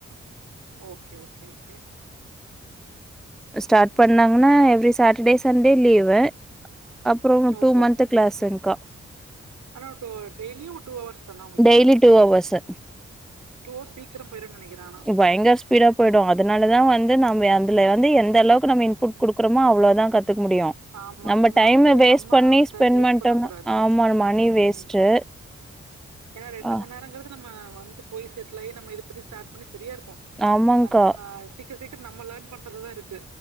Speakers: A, on the right (about 80°); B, in the centre.
A: okay okay okay
B: start பண்ணாங்கன்னா எவ்ரி சாட்டர்டே சண்டே லீவு அப்புறம்
A: ஓஹோ!
B: டூ மந்த் கிளாஸுங்க்கா
A: ஆனா டெய்லியும் டூ அவர்ஸ் தானா உங்களுக்கு
B: daily two hours
A: two hours சீக்கிரம் போயிரும்னு நெனைக்கிறேன் ஆனா.
B: பயங்கர ஸ்பீடா போயிடு அதனாலதான் வந்து நம்ம அதுல வந்து எந்த அளவுக்கு நம்ம இன்புட் கொடுக்குறோமோ அவ்வளோதான் கத்துக்க முடியு
A: ஆமா.
B: நம்ம
A: ஏன்னா
B: டைம்
A: வந்து
B: வேஸ்ட்
A: நம்ம
B: பண்ணி ஸ்பெண்ட்
A: டைம் வேஸ்ட்
B: பண்ட்டோம்னா
A: பண்ணக்கூடாது.
B: ஆமா மணி
A: ம்.
B: வேஸ்ட்டு
A: ஏன்னா ரெண்டு
B: ஆ
A: மணிேரங்கிறது நம்ம வந்து போய் செட்ல ஆகி நம்ம இது பண்ணி ஸ்டார்ட் பண்ணி சரியா இருக்கும்
B: ஆமாங்க்கா
A: நம்ம சீக்கிர சீக்கரம் நம்ம லேர்ன் பண்றதுலதா இருக்கு